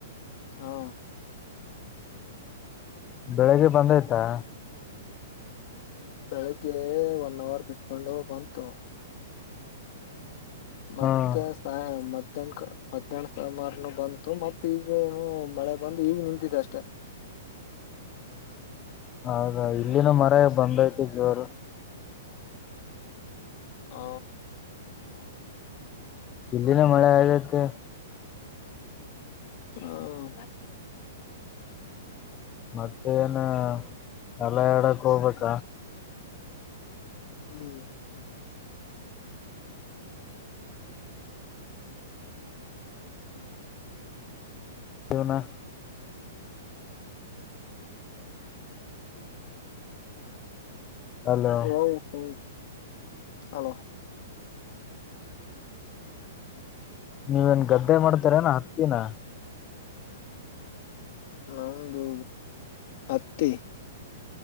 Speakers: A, on the left; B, on the left.
A: ಹಾ
B: ಬೆಳಿಗ್ಗೆ ಬಂದಯ್ತಾ
A: ಬೆಳಿಗ್ಗೆ ಒನ್ ಅವರ್ ಬಿಟ್ಕೊಂಡು ಬಂತು ಮತ್ತೆ
B: ಹ್ಮ್
A: ಸ ಮ ಹದಿನಂ ಹದಿನೆಂು ಸಮಾರನು ಬಂತು ಮತ್ತೆ ಈಗ ಮಳೆ ಬಂದು ಈಗ ನಿಂತಿದೆ ಅಷ್ಟೇ
B: ಹೌದಾ ಇಲ್ಲಿನ ಮರ ಬಂದೈತ ಜೋರು
A: ಆ
B: ಇಲ್ಲಿನ ಮಳೆ ಆದೈತಿ
A: ಹ್ಮ
B: ಮತ್ತೇ ಏನ್ ಹಲ ಎಡಕ್ ಹೋಗ್ಬೇಕ
A: ಹ್ಮ್
B: ಇನಾ ಅಲೋ
A: ಹ್ಮ ಹ್ಮ ಅಲೋ
B: ನೀವೇನ್ ಗದ್ದೆ ಮಾಡ್ತಾರ ಏನ ಹತ್ತಿನ
A: ನಮ್ದು ಹತ್ತಿ